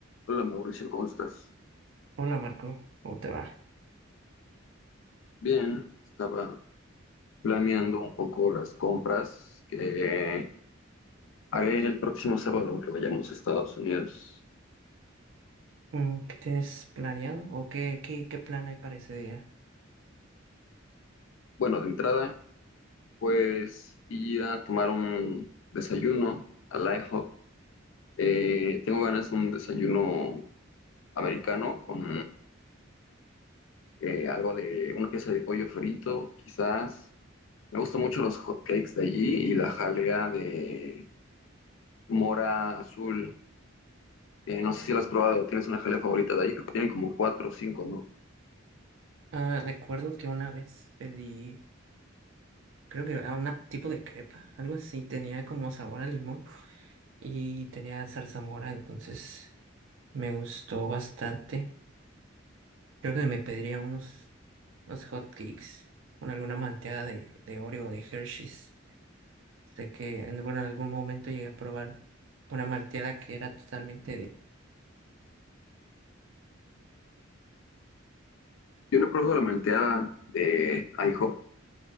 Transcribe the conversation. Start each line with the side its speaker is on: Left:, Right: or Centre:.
Left: Hola Mauricio, ¿cómo estás?
Right: Hola Marco, ¿cómo te va?
Left: Bien, estaba planeando un poco las compras que haré el próximo sábado que vayamos a Estados Unidos.
Right: Mm, ¿Qué tienes planeado o qué, qué, qué plan hay para ese día?
Left: Bueno, de entrada, pues ir a tomar un desayuno al IHOP. Eh, tengo ganas de un desayuno americano con eh, algo de una pieza de pollo frito, quizás. Me gustan mucho los hot cakes de allí y la jalea de mora azul. Eh, no sé si la has probado, tienes una jalea favorita de ahí, creo que tienen como cuatro o cinco, ¿no?
Right: Ah, recuerdo que una vez pedí, creo que a un tipo de crepa, algo así, tenía como sabor a limón y tenía zarzamora, entonces me gustó bastante. Creo que me pediría unos, unos hot cakes, con alguna manteada de, de Oreo o de Hershey's. Sé que en, bueno, en algún momento llegué a probar una malteada que era totalmente
Left: Yo no he probado la malteada de IHOP.